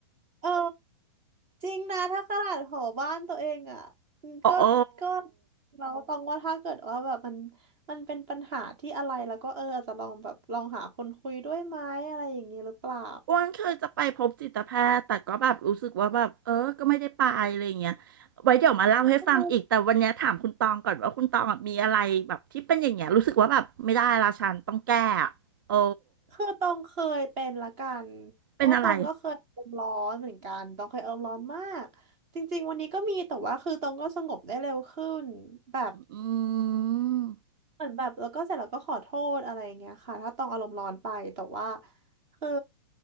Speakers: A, on the right; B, on the right.
A: เออ จริงนะถ้าขนาดหอบ้านตัวเองอ่ะอืมก็ก็
B: โอ้
A: เราต้องว่าถ้าเกิดว่าแบบมันมันเป็นปัญหาที่อะไรแล้วก็เอออาจจะลองแบบลองหาคนคุยด้วยไหมอะไรอย่างนี้หรือเปล่า
B: อ้วนเคยจะไปพบจิตแพทย์แต่ก็แบบรู้สึกว่าแบบเออก็ไม่ได้ไปอะไรอย่างเงี้ยไว้เดี๋ยวมาเล่าให้ฟังอีกแต่วันเนี้ยถามคุณตองก่อนว่าคุณตองอะมีอะไรแบบที่เป็นอย่างเงี้ยรู้สึกว่าแบบไม่ได้ละฉันต้องแก้อะโอ้
A: เออคือตองเคยเป็นละกัน
B: เป็นอะไร
A: ว่าตองก็เคยอารมณ์ร้อนเหมือนกันตองเคยอารมณ์ร้อนมากจริงๆวันนี้ก็มีแต่ว่าคือตองก็สงบได้เร็วขึ้นแบบ
B: อืม
A: เหมือนแบบแล้วก็เสร็จแล้วก็ขอโทษอะไรอย่างเงี้ยค่ะถ้าตองอารมณ์ร้อนไปแต่ว่าคือ